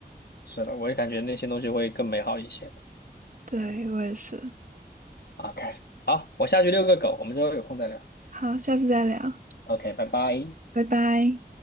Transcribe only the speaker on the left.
是的，我也感觉那些东西会更美好一些。
OK，好，我下去遛个狗，我们之后有空再聊。
OK，拜拜。